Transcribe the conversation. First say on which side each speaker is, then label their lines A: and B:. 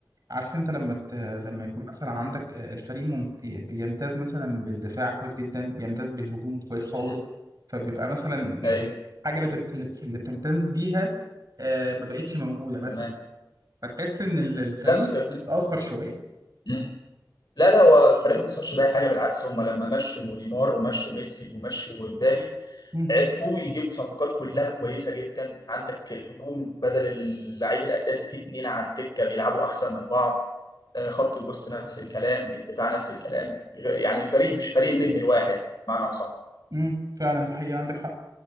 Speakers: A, on the right (about 50°); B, on the left (about 60°).
A: عارف انت لما ت... لما
B: م-
A: يكون مثلا عندك آه، الفريق ممت... بيمتاز مثلا بالدفاع كويس جدا يمتاز بالهجوم كويس خالص
B: م.
A: فبيبقى مثلا
B: ايوه
A: الحاجه اللي, تت... اللي بتمتاز بيها آه، ما بقتش موجوده مثلا
B: تمام
A: فتحس ان ال- الفريق
B: لا بس
A: اتاثر شويه
B: مم. لا لا هو الفريق ما خسرش باي حاجه بالعكس هم لما مشوا نيمار ومشوا ميسي ومشوا مبابي
A: امم
B: عرفوا يجيبوا صفقات كلها كويسه جدا عندك الهجوم بدل اللعيب الاساسي في اتنين على الدكه بيلعبوا احسن من بعض آه، خط الوسط نفس الكلام الدفاع نفس الكلام يعني الفريق مش فريق النجم الواحد بمعنى صح
A: امم فعلا دي حقيقه عندك حق